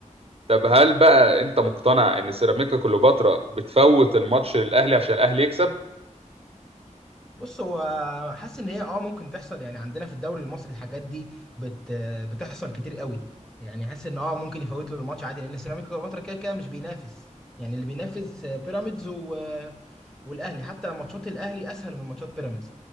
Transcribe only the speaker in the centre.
بص هو حاسس ان هي اه ممكن تحصل يعني عندنا في الدوري المصري الحاجات دي بت بتحصل كتير قوي يعني حاسس ان اه ممكن يفوت له الماتش عادي لان سيراميكا كليوباترا كده كده مش بينافس يعني اللي بينافس بيراميدز و... والاهلي حتى ماتشات الاهلي اسهل من ماتشات بيراميدز